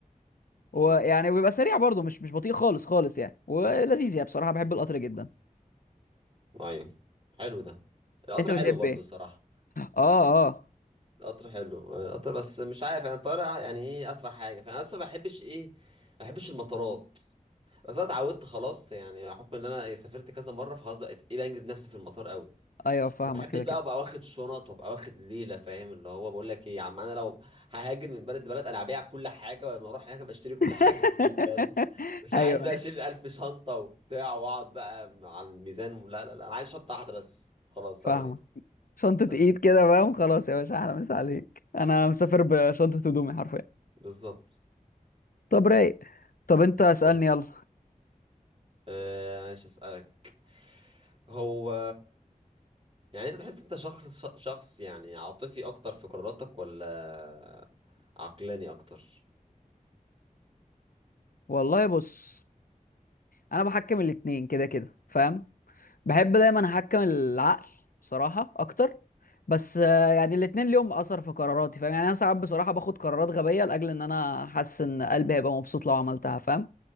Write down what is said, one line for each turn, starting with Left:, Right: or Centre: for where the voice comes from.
Left: ويعني
Right: امم
Left: وبيبقى سريع برضه مش مش بطيء خالص خالص يعني ولذيذ يعني بصراحة بحب القطر جدا
Right: ايوه حلو ده القطر
Left: أنت بتحب
Right: حلو برضه
Left: إيه؟
Right: الصراحه
Left: آه آه
Right: القطر حلو القطر بس مش عارف يعني الطيارة يعني ايه اسرع حاجة فانا اصلا ما بحبش ايه ما بحبش المطارات بس انا اتعودت خلاص يعني بحكم ان انا سافرت كذا مرة فخلاص بقيت ايه بنجز نفسي في المطار قوي
Left: أيوه فاهمك
Right: بس ما بحبش
Left: كده
Right: بقى
Left: كده
Right: ابقى واخد شنط وابقى واخد ليلة فاهم اللي هو بقول لك ايه يا عم انا لو ههاجر من بلد لبلد انا هبيع كل حاجة ولما اروح هناك ابقى اشتري كل
Left: <laughs>
Right: حاجة جديد فاهم مش
Left: أيوه
Right: عايز بقى
Left: أيوه
Right: اشيل 1000 شنطة وبتاع واقعد بقى على الميزان لا لا لا انا عايز شنطة واحدة بس خلاص
Left: فاهمك
Right: سلام عليكم
Left: شنطة
Right: بس
Left: إيد كده فاهم خلاص يا باشا أحلى مسا عليك أنا مسافر بشنطة هدومي حرفيا
Right: بالظبط
Left: طب رايق طب أنت اسألني
Right: أيوة.
Left: يلا
Right: آه، ماشي اسالك هو يعني انت تحس انت شخص شخص يعني عاطفي اكتر في قراراتك ولا عقلاني اكتر
Left: والله بص أنا بحكم الاتنين كده كده فاهم بحب دايما احكم العقل بصراحه اكتر بس آه، يعني الاتنين ليهم اثر في قراراتي فاهم يعني انا ساعات بصراحه باخد قرارات غبيه لاجل ان انا حاسس ان قلبي هيبقى مبسوط لو عملتها فاهم